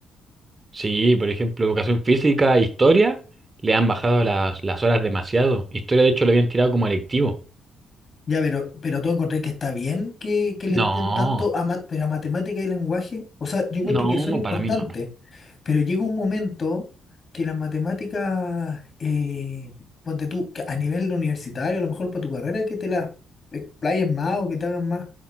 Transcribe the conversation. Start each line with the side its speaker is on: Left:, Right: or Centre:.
Right: Sí, por ejemplo, educación física, historia, le han bajado las, las horas demasiado. Historia, de hecho, lo habían tirado como electivo.
Left: Ya, pero, pero tú encontrás que está bien que, que le
Right: No,
Left: den tanto a, ma- pero a matemática y lenguaje. O sea, yo
Right: no,
Left: encuentro que son importantes,
Right: para mí no.
Left: pero llega un momento que las matemáticas, eh, ponte tú, que a nivel universitario, a lo mejor para tu carrera, que te las explayen más o que te hagan más